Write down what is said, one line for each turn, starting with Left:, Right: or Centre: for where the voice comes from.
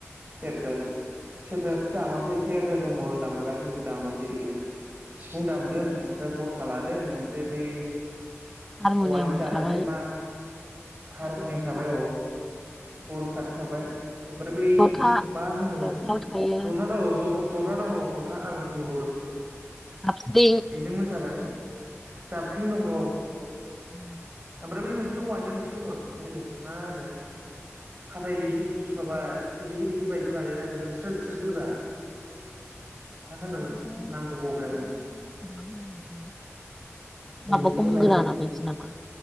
Right: सेरजा सेरजाथ' दामासै सेरजा दंमोन होन दामगुरा खिन्थु दामासै देग्लाय। सिफुं दामदों ओमफ्राय गरखा लादों। नों ओमफ्राय बे
Centre: हारमनियाम
Right: औवानि दानो
Centre: थाबाय
Right: जे मा हारमुनियाम
Centre: गरखा
Right: थाबाय औ। गरखाथ' थाबाय। ओमफ्राय बै
Centre: जथा
Right: मा होनोमोन
Centre: जथायाव थायो
Right: जथा दङ जथा जथा दङ। जथा आं बुंनो बावदों।
Centre: जाबस्रिं
Right: बेजों मोसाबाय जाबख्रिं दङ।
Centre: उम।
Right: ओमफ्राय बै मोनसे औवानि मोनसे दंमोन जिनिस मा होनो? हाथाइ रिगि रिगि माबा रिगि रिगि बायदि बानायना बेखौ स्रोद स्रोद बोग्रा।
Centre: <unintelligible>
Right: मा होनोमोन नामखौ बावबाय आङो बेखौबो
Centre: माबा गंगोना
Right: लायो,
Centre: बायदि नामा?